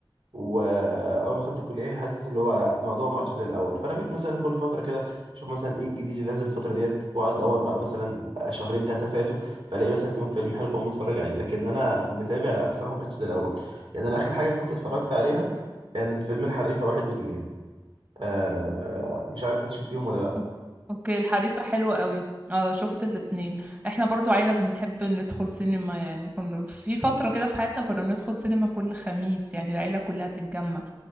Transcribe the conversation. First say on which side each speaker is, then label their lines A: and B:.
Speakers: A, on the right; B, on the right.
A: واول ما دخلت الكليه يعني حاسس اللي هو لا الموضوع ما عادش زي الاول فانا بقيت مثلا كل فتره كده اشوف مثلا ايه الجديد اللي نازل الفتره ديت واقعد ادور بقى مثلا شهرين ثلاثه فاتوا فالاقي مثلا فيهم فيلم حلو فاقوم اتفرج عليه لكن انا متابع لا بصراحه ما عادش زي الاول يعني انا اخر حاجه كنت اتفرجت عليها كان فيلم الحريفة واحد واتنين آه مش عارف انت شفتيهم ولا لا
B: أوك- اوكي الحريفة حلوة قوي اه شفت الاتنين احنا برضو عيلة بنحب ندخل سينما يعني كنا في فترة كده في حياتنا كنا بندخل سينما كل خميس يعني العيلة كلها تتجمع